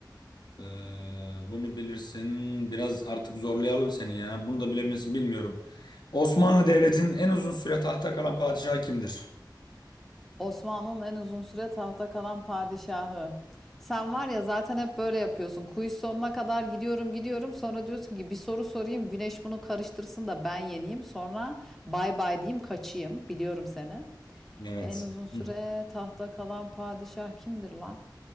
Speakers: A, on the left; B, in the centre.
A: Ee, bunu bilirsin. Biraz artık zorlayalım seni ya. Bunu da bilebilirsin bilmiyorum. Osmanlı Devleti'nin en uzun süre tahtta kalan padişahı kimdir?
B: Osmanlı'nın en uzun süre tahta kalan padişahı. Sen var ya zaten hep böyle yapıyorsun. Quiz sonuna kadar gidiyorum gidiyorum. Sonra diyorsun ki bir soru sorayım. Güneş bunu karıştırsın da ben yeneyim. Sonra bay bay diyeyim kaçayım. Biliyorum seni.
A: Evet.
B: En uzun süre
A: Hı.
B: tahta kalan padişah kimdir la?